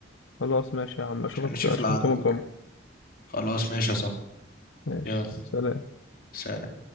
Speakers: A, on the left; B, on the left.
A: خلاص ماشي يا عم اشوفك
B: عشان نشوف
A: اشوفك
B: العدد
A: يوم الجمعة
B: وكده خلاص ماشي يا صاحبي
A: ماشي
B: يلا
A: سلام
B: سلام